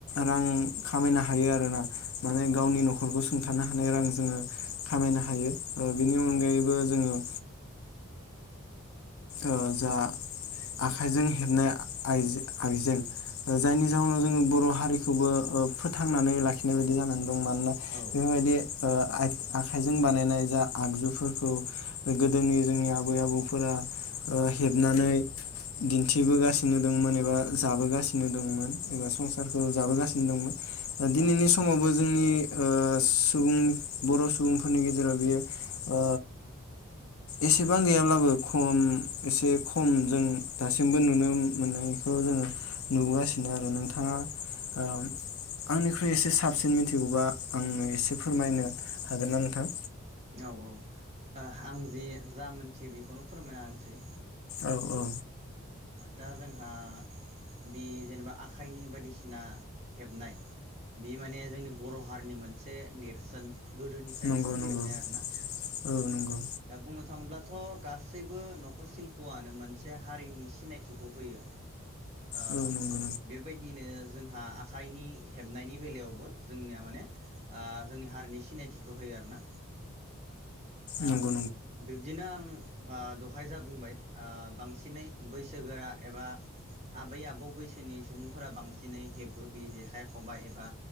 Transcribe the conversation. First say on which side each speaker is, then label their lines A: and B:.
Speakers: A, on the left (about 80°); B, on the right (about 30°).
A: रां खामायनो हायो आरो ना। माने
B: औ
A: गावनि न'खरखौ सुंथानो हानाय रां जोङो खामायनो हायो। ओ बिनि अनगायैबो
B: औ
A: जोङो ओ जा आखाइजों हेबनाय आइजो आइजें। ओ ायनि जाहोनाव जोङो बर' हारिखौबो ओ फोथांनानै लाखिनाय बायदि जानानै दं। मानोना
B: औ
A: बेफोरबायदि ओ आ आखाइजों बानायनाय जा आगजुफोरखौ गोदोनि जोंनि आबै आबौफोरा ओ हेबनानै दिन्थिबोगासिनो दोंमोन एबा जाबोगासिनो दोंमोन एबा संसारखौ जाबोगासिनो दोंमोन। दिनैनि
B: औ
A: समावबो जोंनि ओ सुबुं बर' सुबुंफोरनि गेजेराव बेयो ओ एसेबां गैयाब्लाबो खम एसे खम जों दासिमबो नुनो मोनो। बेखौ जोङो नुबोगासिनो आरो नोंथाङा ओ आंनिख्रुइ एसे साबसिन मिथिगौबा आंनो एसे फोरमायनो हागोन ना नोंथां?
B: औ औ आं ओ जि जा मोनथियो बेखौनो फोरमायना होनोसै।
A: औ औ।
B: दा जोंहा बि जेनेबा आखाइनि बायदिसिना हेबनाय बि माने जोंनि बर' हारिनि मोनसे नेरसोन। गोदोनिफ्रायनो
A: नंगौ
B: सोलिबोनाय
A: नंगौ
B: आ ना
A: औ नंगौ
B: दा बुंनो थाङोब्लाथ' गासैबो न'खर सिल्प'आनो मोनसे हारिनि सिनायथिखौ होयो। ओ
A: औ नंगौ
B: बेबायदिनो जोंहा आखाइनि हेबनायनि बेलायावबो जोंनिया माने ओ जोंनि हारिनि सिनायथिखौ होयो आरोना। आ
A: नंगौ नंगौ
B: बिब्दिनो आं आ दहाय जा बुंबाय आ बांसिनै बैसोगोरा एबा आबै आबौ बैसोनि सुबुंफोरा बांसिनै हेबो बे जेखाइ खबाय एबा